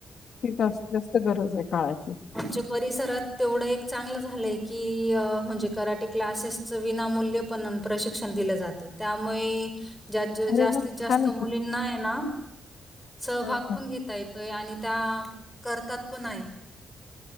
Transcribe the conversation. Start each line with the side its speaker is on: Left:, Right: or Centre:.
Left: <unintelligible> त जास्त गरज आहे काळाची
Centre: आमच्या परिसरात तेवढं एक चांगलं झालंय की अ म्हणजे कराटे क्लासेसच विनामूल्य पण प्रशिक्षण दिलं जाते त्यामुळे जाज
Left: अरे
Centre: जास्तीत
Left: वा
Centre: जास्त
Left: छान आहे
Centre: मुलींना
Left: की.
Centre: ये ना सहभाग
Left: हं हं.
Centre: पण घेता येतोय आणि त्या करतात पण नायी